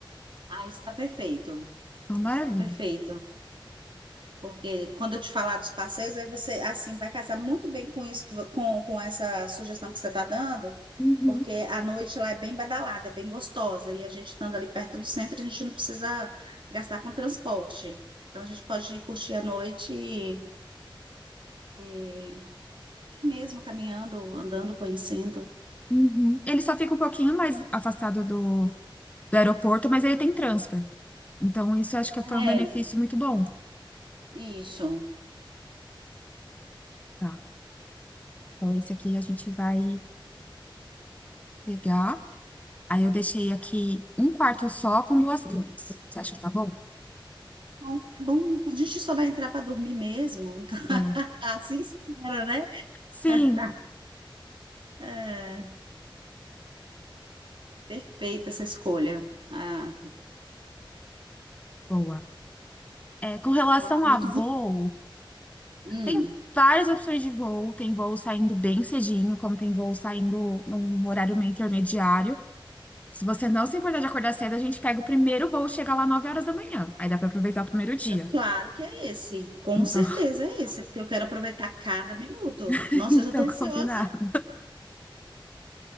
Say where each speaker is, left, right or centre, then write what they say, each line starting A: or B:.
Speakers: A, on the right; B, on the left.
A: Ah, isso está perfeito.
B: Então,
A: Isso
B: maravilha.
A: está perfeito. Porque quando eu te falar dos parceiros, aí você assim vai casar muito bem com isso, que vo- com, com essa sugestão que você está dando,
B: Uhum,
A: porque a noite lá é bem badalada, é bem gostosa, e a gente estando ali perto do centro, a gente não precisa gastar com transporte. Então a gente pode ir curtir a noite é, mesmo, caminhando, andando, conhecendo.
B: uhum. Ele só fica um pouquinho mais afastado do, do aeroporto, mas ele tem transfer. Então, isso eu acho que foi
A: É,
B: um benefício muito bom.
A: isso.
B: Tá. Então, esse aqui a gente vai pegar. Aí eu deixei aqui um quarto só com duas camas. Você acha que tá bom?
A: Bom, tá bom, a gente só vai entrar para dormir mesmo. <laughs>
B: Boa.
A: Então, assim espero, né?
B: Sim,
A: <laughs> É, perfeita essa escolha. Ah,
B: Boa. É, com relação
A: É um lugar muito
B: a voo,
A: bonito. Hum,
B: tem várias opções de voo. Tem voo saindo bem cedinho, como tem voo saindo num horário meio intermediário. Se você não se importar de acordar cedo, a gente pega o primeiro voo e chega lá 9 horas da manhã. Aí dá para aproveitar o primeiro dia.
A: claro que é esse, com
B: Então,
A: certeza é esse, porque eu quero aproveitar cada minuto.
B: <laughs>
A: Nossa,
B: então
A: eu já estou ansiosa.
B: combinado.